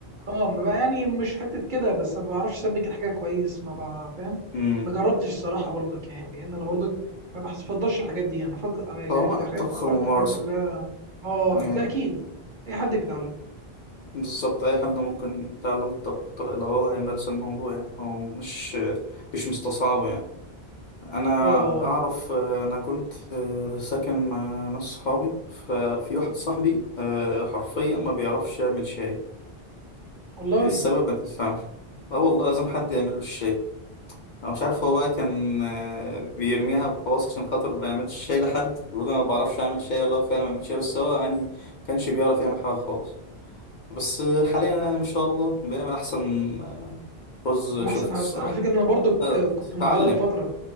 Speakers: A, on the right; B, on the left.
A: اه ما بقى يعني مش حته كده بس ما بعرفش اسبك الحاجه كويس ما بقى فاهم
B: امم
A: ما جربتش الصراحه برضك يعني لان انا برضك ما بفضلش الحاجات دي انا فكر انا يعني
B: فهو
A: انت
B: الطبخ
A: فاهم
B: ممارسه
A: بفضل الحاجات اللي اه
B: يعني
A: ده اكيد اي حد بيتعلم
B: بالظبط اي حد ممكن يتعلم الطبخ طلع- لو هو هيمارس الموضوع يعني او مش مش مستصعب يعني انا
A: اه آه،
B: اعرف آه، انا كنت آه، ساكن مع ناس صحابي ففي واحد صاحبي آه، حرفيا ما بيعرفش يعمل شاي
A: والله
B: السبب ما تفهمش اه والله لازم حد يعمل له الشاي انا مش عارف هو بقى كان آه، بيرميها وخلاص عشان خاطر ما يعملش شاي لحد بيقول انا ما بعرفش اعمل شاي ولا هو فعلا ما بيعملش شاي بس هو يعني ما كانش بيعرف يعمل حاجه خالص بس آه، حاليا يعني ما شاء الله بيعمل احسن آه، رز
A: من
B: شفته
A: احسن حد
B: الصراحه
A: على فكره انا برضو
B: آه،
A: ك- كنت متغرب
B: اتعلم
A: فتره